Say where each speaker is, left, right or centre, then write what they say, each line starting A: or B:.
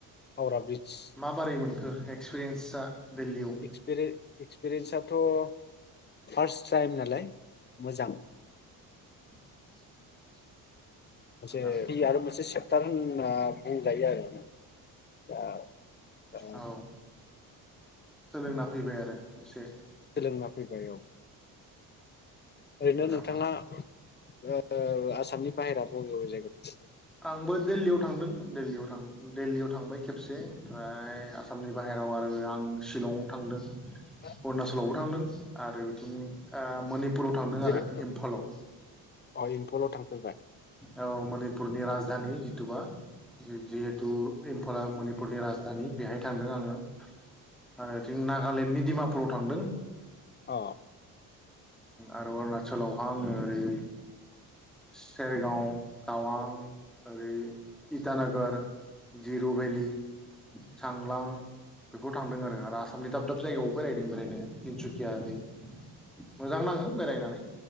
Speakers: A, on the left; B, in the centre.
A: हावरा ब्रिज
B: माबोरै मोनखो एक्सपिरियेन्सा दिल्लीयाव
A: एक्सपिरियेन्स। थ' फार्स टाइम ना। लाय मोजां।
B: <inaudible>
A: मोनसे
B: मोजां
A: बि आरो मोनसे सेब। थान बुंबा बुंजायो आरो दा। दा
B: औ। सोंलो ना। फैबाय आरो एसे।
A: सोलोंना फैबाय औ ओरैनो
B: मोजां
A: नोंथाङा
B: मोजां
A: ओ आसामनि बाहेराव बबे बबे जायगायाव। <inaudible>
B: आंबो दिल्लियाव थांदों दिल्लियाव थांदों दिल्लियाव थांबाय खेबसे। ओमफ्राय आसामनि बाहेराव आरो आं शिलं। थांदों।
A: थांफेरखो?
B: अरुणाचलावबो थांदों। आरो बिदिनो आ मणिपु। पुराव थांदों
A: जिरायफैथ'
B: आरो इम्फालाव
A: अ इम्फलाव थांफेरबाय
B: औ मनि। पुरनि राजधानि जितुबा <unintelligible> तु इम्फला मनिपुरनि राजधानि बेहाय थांदों आङो आरो थिं नागालेण्डनि दिडिमापुराव थांदों।
A: अ
B: आरो अरुणाचलावहा आङो ओरै सेरगाव, टावां ओरै इटानगर, जिरु भेलि, चांलां बेफोराव थांदों आरो आरो आसामनि दाब दाब जायगायाव। बेरायदों बोरायदों तिनसु। <unintelligible> मोजां नाङो बेरायनानै